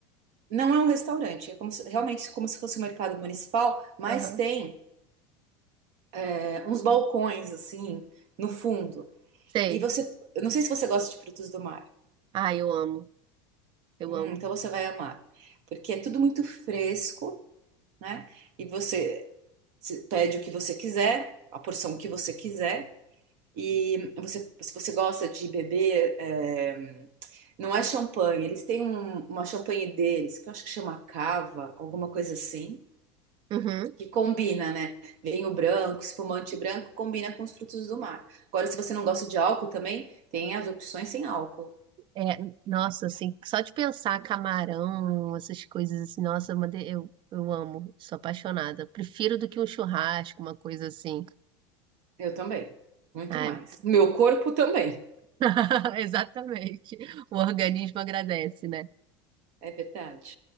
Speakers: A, on the right; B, on the right.
A: Não é um restaurante, é como se- realmente como se fosse um mercado municipal, mas
B: Aham,
A: tem é, uns balcões assim no fundo.
B: sei.
A: E você, eu não sei se você gosta de frutos do mar.
B: Ah, eu amo. Eu
A: Hum,
B: amo.
A: então você vai amar, porque é tudo muito fresco, né? E você se- pede o que você quiser, a porção que você quiser. E você, se você gosta de beber, é, não é champanhe, eles têm um- uma champanhe deles, que eu acho que chama cava, alguma coisa assim.
B: Uhum.
A: que combina, né? Vinho branco, espumante branco, combina com os frutos do mar. Agora, se você não gosta de álcool também, tem as opções sem álcool.
B: É, nossa, assim, só de pensar camarão, essas coisas assim, nossa, uma de- eu, eu amo, sou apaixonada. Prefiro do que um churrasco, uma coisa assim.
A: Eu também. Muito
B: Ai.
A: mais. Meu corpo também.
B: <laughs> Exatamente. O organismo agradece, né?
A: É verdade.